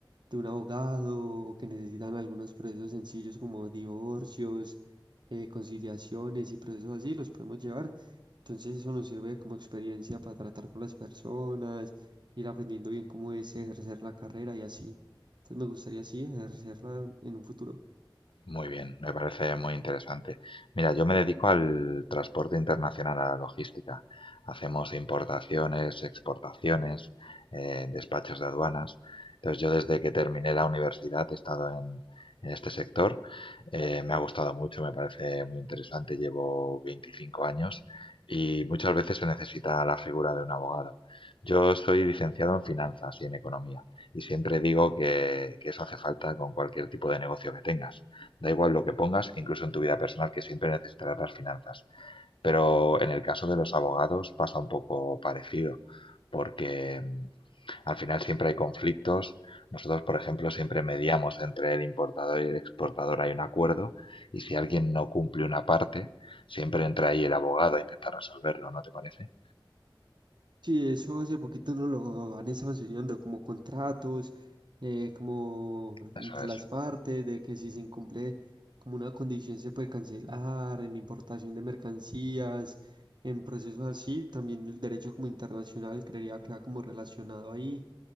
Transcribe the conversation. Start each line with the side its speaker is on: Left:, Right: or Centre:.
Right: de un abogado o que necesitan algunos procesos sencillos como divorcios, eh, conciliaciones y procesos así, los podemos llevar. Entonces eso nos sirve como experiencia para tratar con las personas, ir aprendiendo bien cómo es ejercer la carrera y así. Entonces me gustaría así ejercerla en un futuro.
Left: Muy bien, me parece muy interesante. Mira, yo me dedico al transporte internacional, a la logística. Hacemos importaciones, exportaciones, eh, despachos de aduanas. Entonces, yo desde que terminé la universidad he estado en, en este sector. Eh, me ha gustado mucho, me parece muy interesante. Llevo 25 años y muchas veces se necesita la figura de un abogado. Yo soy licenciado en finanzas y en economía y siempre digo que, que eso hace falta con cualquier tipo de negocio que tengas. Da igual lo que pongas, incluso en tu vida personal, que siempre necesitarás las finanzas. Pero en el caso de los abogados pasa un poco parecido, porque mm, al final siempre hay conflictos. Nosotros, por ejemplo, siempre mediamos entre el importador y el exportador, hay un acuerdo, y si alguien no cumple una parte, siempre entra ahí el abogado a intentar resolverlo, ¿no te parece?
Right: Sí, eso hace poquito no lo han estado enseñando, como contratos, eh, como
Left: Eso
Right: entre
Left: es
Right: las partes, de que si se incumple como una condición se puede cancelar, en importación de mercancías, en procesos así, también el derecho como internacional creería que va como relacionado ahí,